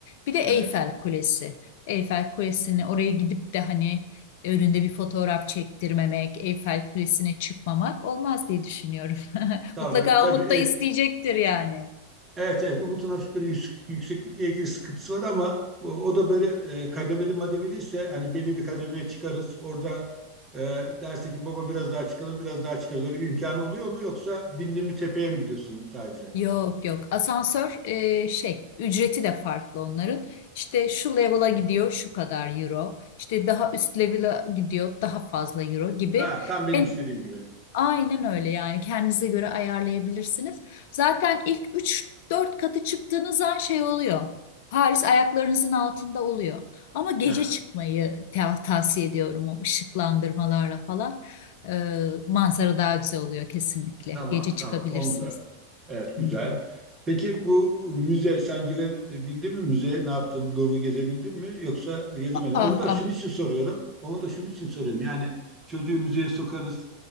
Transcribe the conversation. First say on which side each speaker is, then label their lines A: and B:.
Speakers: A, on the left (about 50°); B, on the right (about 25°).
A: Bir de Eyfel
B: evet.
A: Kulesi. Eyfel Kulesi'ni oraya gidip de hani önünde bir fotoğraf çektirmemek, Eyfel Kulesi'ne çıkmamak olmaz diye düşünüyorum. <laughs>
B: Tabii
A: Mutlaka
B: tabii
A: Umut da isteyecektir yani.
B: Evet evet Umut'un hafif böyle yüks- yükseklikle ilgili sıkıntısı var ama o, o da böyle e, kademeli mademeli ise hani belli bir kademeye çıkarız. Orada e, derse ki baba biraz daha çıkalım biraz daha çıkarız. Öyle bir imkanı oluyor mu yoksa bindin mi tepeye mi gidiyorsun sadece?
A: Yok yok asansör e, şey ücreti de farklı onların işte şu level'a gidiyor şu kadar euro işte daha üst level'a gidiyor daha fazla euro gibi
B: Ha tam benim
A: en
B: istediğim gibi.
A: aynen öyle yani kendinize göre ayarlayabilirsiniz zaten ilk üç dört katı çıktığınız an şey oluyor Paris ayaklarınızın altında oluyor ama gece
B: Ha,
A: çıkmayı ta- tavsiye ediyorum o ışıklandırmalarla falan Ee, manzara daha güzel oluyor kesinlikle
B: tamam
A: gece çıkabilirsiniz.
B: tamam onu da Evet, güzel.
A: Hı hı.
B: Peki bu ıı, müze sen girebildin mi? Müzeye ne yaptın? Louvre'u gezebildin mi? Yoksa gezemedin.
A: Ah
B: Onu da
A: ah.
B: şunun için soruyorum. Onu da şunun için soruyorum. Yani çocuğu müzeye sokarız.